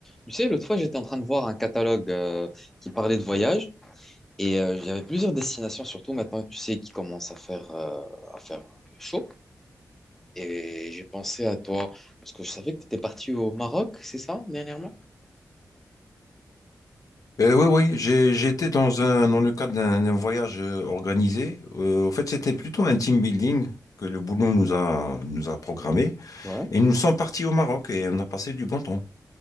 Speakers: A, in the centre; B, on the left.
A: Tu sais, l'autre fois, j'étais en train de voir un catalogue euh, qui parlait de voyage et euh, il y avait plusieurs destinations, surtout maintenant, tu sais, qui commence à faire, euh, à faire chaud. Et j'ai pensé à toi parce que je savais que tu étais parti au Maroc, c'est ça, dernièrement?
B: Euh, oui, oui, j'ai, j'étais dans un, dans le cadre d'un d'un voyage euh, organisé. Euh, en fait, c'était plutôt un team building que le boulot nous a, nous a programmé.
A: Ouais.
B: Et nous sommes partis au Maroc et on a passé du bon temps.